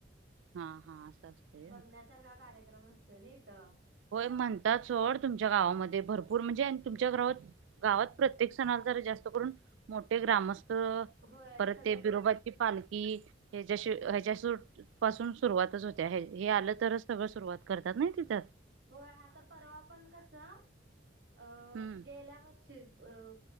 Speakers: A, on the right; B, on the right.
A: हा हा असं असते
B: बघण्यासारखा कार्यक्रम असतो ना इथं.
A: होय म्हणतात सोड तुमच्या गावामध्ये भरपूर म्हणजे तुमच्या गावात. गावात प्रत्येक सणाला ज जास्त करून मोठे ग्रामस्थ.
B: होय
A: परत
B: सगळं
A: ते बिरोबाची पालखी ह्याच्याशी ह्याच्या पासून सुरुवातच होत्या. हे आलं तरच सगळं सुरुवात करतात नाही तिथ.
B: होय. आता परवा पण कसा अ
A: हम्म
B: गेल्या वर्षीच अ